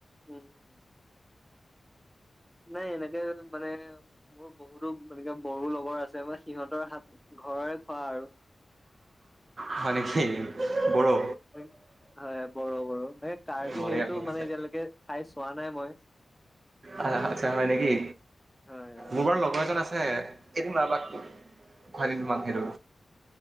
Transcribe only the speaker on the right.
হয়, নেকি বড়ো?
বঢ়িয়া
আহ আচ্ছা হয়, নেকি?
মোৰ বাৰু লগৰ এজন আছে। এদিন উলাবা খুৱাই দিম তোমাক সেইটো।